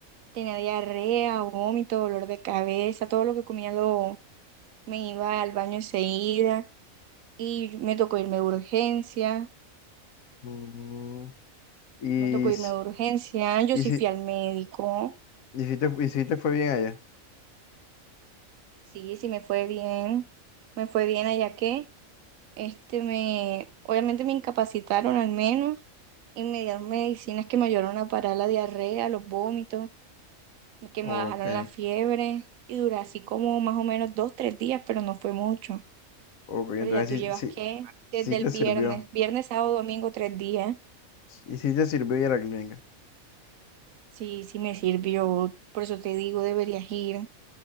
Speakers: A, on the right (about 75°); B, on the left (about 80°).
A: Tenía diarrea, vómito, dolor de cabeza, todo lo que comía lo, me iba al baño enseguida. Y me tocó irme de urgencia,
B: Mm, Y,
A: me tocó irme
B: si-
A: de urgencia. Yo
B: y
A: sí
B: si,
A: fui al médico,
B: y si te, y si te fue bien allá.
A: sí, sí me fue bien, me fue bien allá que, este, me, obviamente me incapacitaron al menos y me dieron medicinas que me ayudaron a parar la diarrea, los vómitos, que
B: Ok.
A: me bajaron la fiebre y duré así como más o menos dos, tres días, pero no fue mucho.
B: Ok,
A: Pero
B: entonces
A: ya tú llevas
B: sí, sí,
A: que
B: sí
A: desde
B: te
A: el
B: sirvió.
A: viernes, viernes, sábado, domingo, tres días.
B: Y sí te sirvió ir a la clínica.
A: Sí, sí me sirvió, por eso te digo, deberías ir.